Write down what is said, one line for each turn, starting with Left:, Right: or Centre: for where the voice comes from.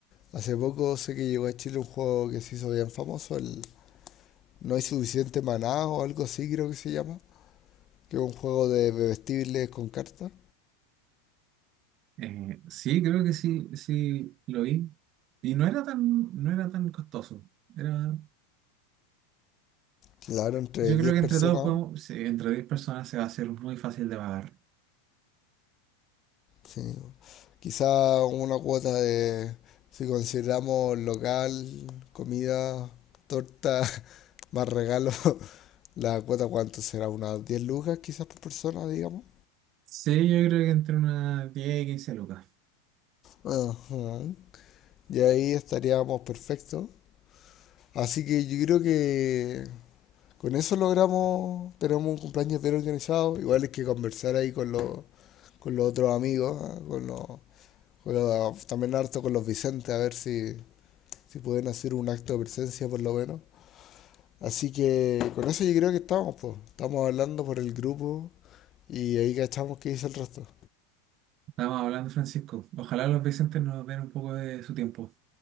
Left: Hace poco sé que llegó a Chile un juego que se hizo bien famoso, el No hay suficiente maná o algo así creo que se llama, que es un juego de bebestibles con cartas.
Right: Eh, sí, creo que sí, sí lo vi. Y no era tan, no era tan costoso. Era,
Left: Claro, entre
Right: yo
Left: diez
Right: creo que
Left: personas
Right: entre todos podemos, sí, entre 10 personas se va a hacer muy fácil de pagar.
Left: Sí. Quizá una cuota de, si consideramos local, comida, torta, <laughs> más regalo, <laughs> la cuota cuánto será, unas 10 lucas quizás por persona, digamos.
Right: Sí, yo creo que entre unas 10 y quince lucas.
Left: Ajá. Y ahí estaríamos perfectos. Así que yo creo que con eso logramos, tenemos un cumpleaños bien organizado. Igual es que conversar ahí con los, con los otros amigos, ah, con los, con los- también harto con los Vicentes, a ver si, si pueden hacer un acto de presencia por lo menos. Así que con eso yo creo que estamos, pues. Estamos hablando por el grupo y ahí cachamos qué dice el resto.
Right: Estábamos hablando, Francisco. Ojalá los Vicentes nos den un poco de su tiempo.